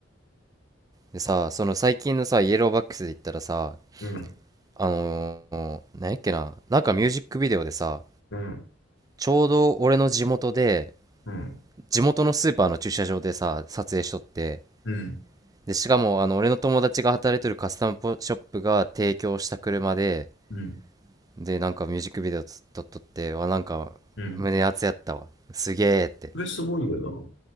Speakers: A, on the right (about 20°); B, on the left (about 75°).
A: でさ、その最近のさ、イエローバックスで言ったらさ、
B: うん。
A: あのー、なんやっけな、なんかミュージックビデオでさ、
B: うん。
A: ちょうど俺の地元で、
B: うん。
A: 地元のスーパーの駐車場でさ、撮影しとって、
B: うん。
A: で、しかも、あの、俺の友達が働いてるカスタムポショップが提供した車で、
B: うん。
A: で、なんかミュージックビデオ撮っとって、わ、なんか、
B: うん。
A: 胸熱やったわ。すげえって。
B: これすごいよな。